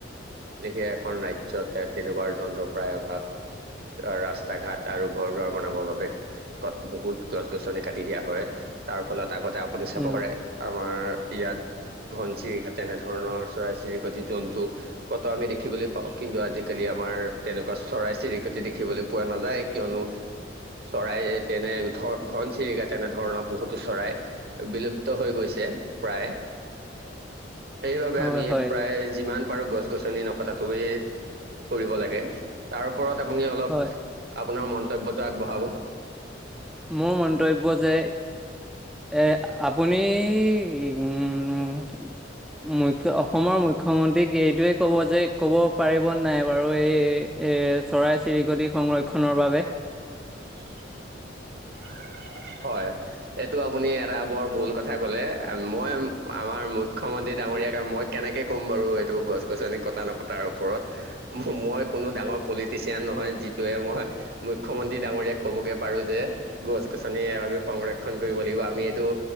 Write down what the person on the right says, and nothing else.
লেখেয়া এখন ৰাজ্যত তেনেকুৱা যন্ত্ৰৰ প্ৰায় অভাৱ। অ' ৰাস্তা ঘাট আৰু ঘৰ দুৱাৰ বনাবৰ বাবে কটা বহুত গছ গছনি কাটি দিয়া হয় তাৰ ফলত আগতে আপুনি চাব
পাৰে, আমাৰ ইয়াত ঘন চিৰিকা তেনেধৰণৰ চৰাই চিৰিকটি জন্তু ক'ত আমি দেখিবলৈ পাওঁ। কিন্তু আজিকালি আমাৰ তেনেকুৱা চৰাই চিৰিকটি দেখিবলৈ পোৱা নাযায়। কিয়নো চৰাই তেনে ঘন ঘন চিৰিকা তেনেধৰণৰ বহুতো চৰাই বিলুপ্ত হৈ গৈছে। প্ৰায় সেইবাবে
আমি
প্ৰায় যিমান পাৰো গছ গছনি নক কটাটোৱে কৰিব লাগে তাৰ ওপৰত আপুনি অলপ।
আপোনাৰ মন্তব্যটো আগবঢ়াব।
<unintelligible> হয়, এইটো আপুনি এটা বৰ ভুল কথা ক'লে মই আমাৰ মুখ্যমন্ত্ৰী ডাঙৰীয়াক মই কেনেকে ক'ম বাৰু এইটো গছ গছনি কটা নকটাৰ ওপৰত মই কোনো ডাঙৰ পলিটিচিয়ান নহয়, যিটোৱে মই মুখ্যমন্ত্ৰী ডাঙৰীয়াক ক'বগৈ পাৰোঁ যে গছ গছনি আমি সংৰক্ষণ কৰিব লাগিব, আমি এইটো